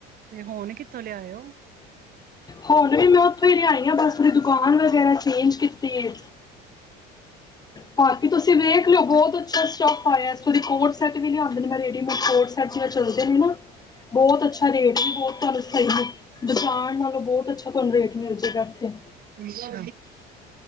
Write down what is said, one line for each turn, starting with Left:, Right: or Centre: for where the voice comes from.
Right: ਤੇ ਹੁਣ ਕਿੱਥੋਂ ਲਿਆਇਓ?
Left: ਹੁਣ ਵੀ ਮੈਂ ਉੱਥੋਂ ਹੀ ਲਿਆਈ ਆ, ਬਸ ਮੇਰੀ ਦੁਕਾਨ ਵਗੈਰਾ ਚੇਂਜ ਕੀਤੀ ਐ। ਬਾਕੀ ਤੁਸੀਂ ਵੇਖ ਲੋ ਬਹੁਤ ਅੱਛਾ ਸਟਫ ਆਇਆ ਐ। ਥੋੜੇ ਕੋਟ ਸੈਟ ਵੀ ਲਿਆਦੇ ਨੇ ਮੈ ਰੇਢੀਮੇਡ ਜਿਵੇਂ ਚਲਦੇ ਨੇ ਨਾ ਬਹੁਤ ਅੱਛਾ ਰੇਟ ਬ- ਤੁਹਾਨੂੰ ਸਹੀ ਮਿਲੇ, ਦੁਕਾਨ ਨਾਲੋਂ। ਬਹੁਤ ਅੱਛਾ ਤੁਹਾਨੂੰ ਰੇਟ ਮਿਲ ਜਾਣੇਗਾ ਇੱਥੇ।
Right: ਅੱਛਾ,